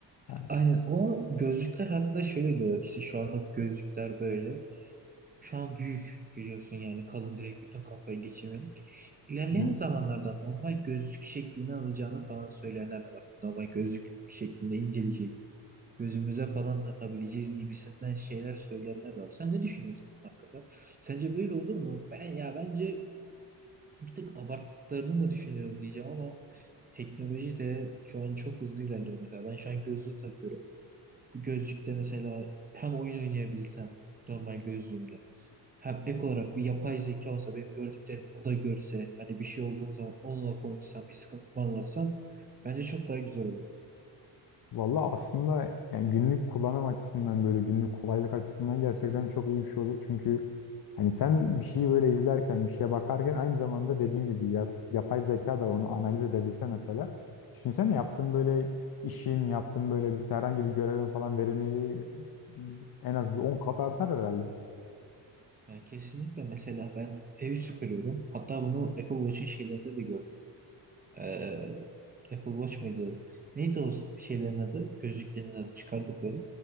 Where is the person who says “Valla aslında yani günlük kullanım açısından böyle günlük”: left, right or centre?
Left